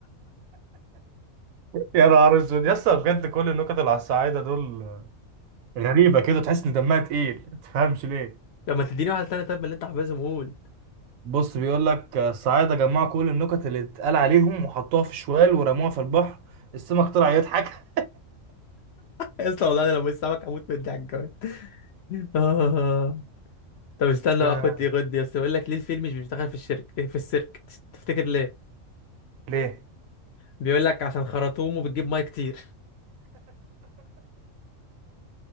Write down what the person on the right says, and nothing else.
يا نهار اسود يا اسطى بجد كل النكت اللي على الصعايده دول غريبه كده تحس ان دمها تقيل ما تفهمش ليه
بص بيقول لك الصعايده جمعوا كل النكت اللي اتقال عليهم وحطوها في شوال ورموها في البحر السمك طلع يضحك
<laughs>
ليه